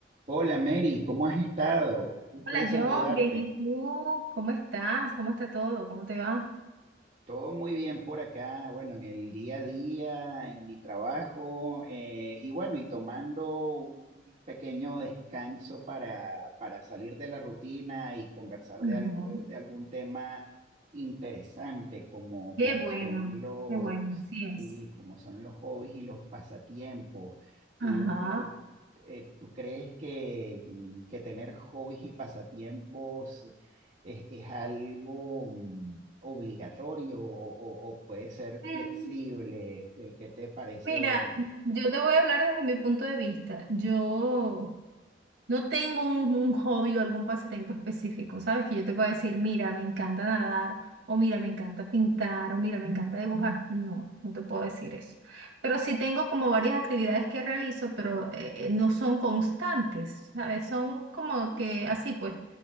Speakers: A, on the right (about 40°); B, on the right (about 80°).
A: Hola Mary, ¿cómo has estado? Gusto
B: Hola
A: en saludarte.
B: John, bien, ¿y tú? ¿Cómo estás? ¿Cómo está todo? ¿Cómo te va?
A: Todo muy bien por acá, bueno, en el día a día, en mi trabajo, eh, y bueno, y tomando un pequeño descanso para, para salir de la rutina y conversar de,
B: Ajá.
A: al- eh, de algún tema interesante, como,
B: Qué
A: como
B: bueno,
A: son los,
B: qué bueno, así es.
A: sí, como son los hobbies y los pasatiempos. ¿Tú,
B: Ajá.
A: eh, tú crees que, mm, que tener hobbies y pasatiempos es, es algo mm, obligatorio o, o- o puede ser
B: Mm,
A: flexible? ¿Qué, qué te parece?
B: Mira, yo te voy a hablar desde mi punto de vista. Yo No tengo un, un hobby o algún pasatiempo específico, ¿sabes? Que yo te pueda decir, mira, me encanta nadar, o mira, me encanta pintar, o mira, me encanta dibujar. No, no te puedo decir eso. Pero sí tengo como varias actividades que realizo, pero eh, eh, no son constantes, ¿sabes? Son como que así, pues.